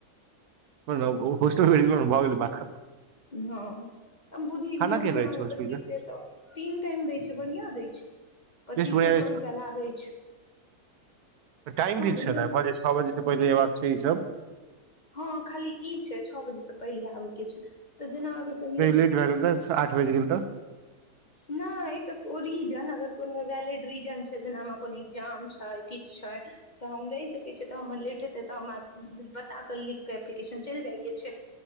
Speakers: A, on the right; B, on the left.
A: हेलो हस्टल भेट गेलौउ न भ गेलैय बात खत्म।
B: हां। बुझीही
A: खाना
B: महीना
A: केहन रहै
B: मे
A: छै होस्टल
B: पचीसे
A: के
B: सौ तीन टाइम दैय छैय बढ़ियां दैय छैय। पचीसे
A: लिस्ट बनेने
B: सौ
A: छै
B: रुपया लागैय छैय।
A: तऽ टाइम फिक्स
B: बढ़िआँ
A: छैय न बजे
B: दै छै
A: छ बजे से पहिले एबाक छैय ई सब।
B: हं खाली ई छैय छ बजे से पहिले आबैय के छैय तऽ जेना अगर कहियौ।
A: लेट भए गेल तऽ आठ बजि गेल तऽ।
B: नहि इतऽ ओ रीजन अगर कोनो वैलिड रीजन छैय जेना हमरा कोनो एग्जाम छैय किछ छैय। तऽ हम रहि सकैय छियै तऽ हमर लेट हेतैय तऽ हमरा बता कऽ लिख कऽ एप्लीकेशन चलि जाइके छैय।